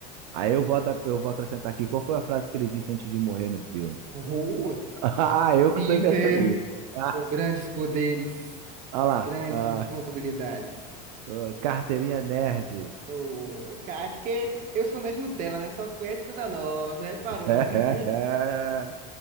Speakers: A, on the right; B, on the right.
A: Aí eu vou, adap- eu vou acrescentar aqui, qual foi a frase que ele disse antes de morrer no filme? <laughs>
B: Rua.
A: Ah, eu
B: Peter,
A: que tô inventando isso. <laughs>
B: com grandes poderes, vem
A: Olha lá,
B: grandes
A: ah,
B: responsabilidades.
A: ah, carteirinha nerd.
B: Pô, cara, é porque eu sou nerd Nutella, né? Só conheço coisa nova, você reparou,
A: <laughs>
B: né? <laughs>